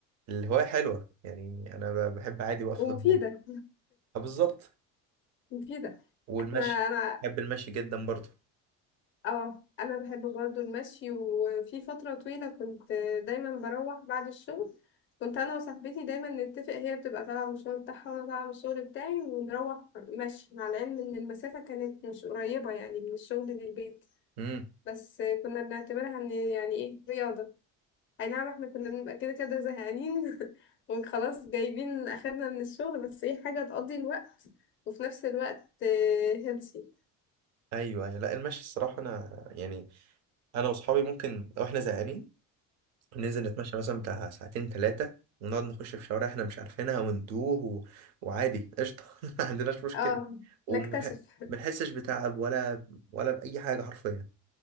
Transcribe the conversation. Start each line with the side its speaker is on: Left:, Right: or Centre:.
Right: الهوايه حلوه يعني انا ب- بحب عادي وقف
Left: ومفيدة
Right: في المطبخ آه، بالظبط
Left: مفيدة
Right: والمشي
Left: احنا أنا
Right: بحب المشي جدا برضه
Left: اه انا بحب برضو المشي وفي فتره طويله كنت دايما بروح بعد الشغل كنت انا وصاحبتي دايما نتفق هي بتبقى طالعه من الشغل بتاعها وانا طالعه من الشغل بتاعي ونروح مشي مع العلم ان المسافه كانت مش قريبه يعني من الشغل للبيت
Right: امم
Left: بس كنا بنعتبرها ان يعني ايه رياضه اي نعم احنا كنا بنبقى كده كده زهقانين <laughs> وخلاص جايبين اخرنا من الشغل بس ايه حاجه تقضي الوقت وفي نفس الوقت هيلثي
Right: ايوه ايوه لا المشي الصراحه انا يعني انا واصحابي ممكن لو احنا زهقانين ننزل نتمشى مثلا بتاع ساعتين ثلاثة ونقعد نخش في شوارع احنا مش عارفينها وندوه و... وعادي قشطة <laughs> ما عندناش مشكلة
Left: اه
Right: وما
Left: نكتشف
Right: بنحسش بتعب ولا ولا بأي حاجة حرفيا